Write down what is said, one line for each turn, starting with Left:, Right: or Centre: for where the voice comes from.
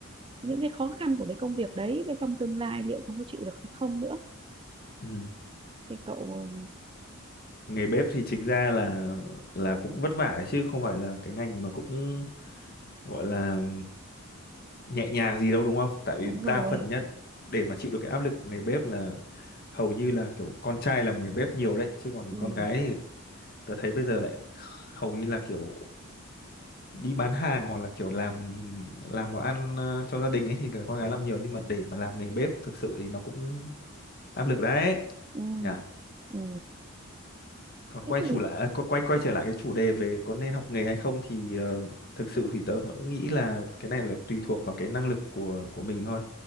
Right: những cái khó khăn của cái công việc đấy và trong tương lai liệu con có chịu được hay không nữa
Left: ừ.
Right: thì cậu ờ,
Left: nghề bếp thì chính ra là là cũng vất vả đấy chứ không phải là cái ngành mà cũng gọi là nhẹ nhàng gì đâu đúng không tại vì
Right: đúng
Left: đa
Right: rồi
Left: phần nhất để mà chịu được cái áp lực của nghề bếp là hầu như là kiểu con trai làm nghề bếp nhiều đấy chứ còn
Right: ừ.
Left: con gái thì tớ thấy bây giờ lại hầu như là kiểu đi bán hàng hoặc là kiểu làm làm món ăn ờ, cho gia đình ấy thì là con gái làm nhiều nhưng mà để mà làm nghề bếp thực sự thì nó cũng áp lực đấy
Right: Ừ.
Left: nhỉ
Right: Ừ.
Left: còn
Right: thế
Left: quay
Right: thì
Left: chủ lại à, qu- quay quay trở lại cái chủ đề về có nên học nghề hay không thì ờ, thực sự thì tớ vẫn nghĩ là cái này là tùy thuộc vào cái năng lực của của mình thôi